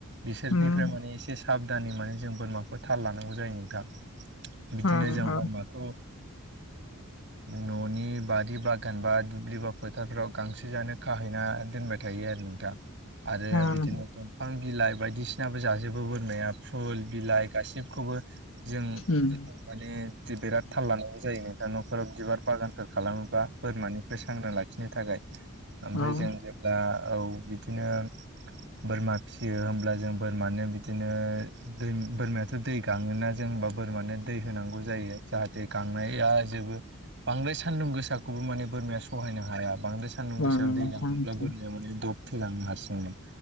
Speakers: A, on the right; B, on the left.
A: बिसोरनिफ्राय
B: उम
A: माने एसे साबधानै माने जों बोरमाखौ थाल लानांगौ जायो नोंथां बिदिनो
B: ओं
A: जों
B: ओं
A: बोरमाखौ न'नि बारि बागान बा दुब्लि बा फोथारफ्राव गांसो जानो खाहैना दोनबाय थायो आरो आरो
B: ओं
A: बिदिनो दंफां बिलाइ बायदिसिनाबो जाजोबो बोरमाया फुल बिलाइ गासिबखौबो जों
B: उम
A: माने बिराद थाल लानांगौ जायो नोंथां न'खराव बिबार बागानफोर खालामोबा बोरमानिफ्राय सांग्रां लाखिनो थाखाय ओमफ्राय
B: ओं
A: जों जेब्ला औ बिदिनो बोरमा फिसियो होमब्ला जों बोरमानो बिदिनो दै बोरमाया दै गाङोना जों होनबा बोरमानो दै होनांगौ जायो जाहाथे गांनाया जेबो बांद्राय सान्दुं गोसाखौबो माने बोरमाया सहायनो हाया बांद्राय सान्दुं
B: ओं
A: गोसायाव दै
B: दे
A: गाङोब्ला बोरमाया माने दब थैलाङो हारसिं नो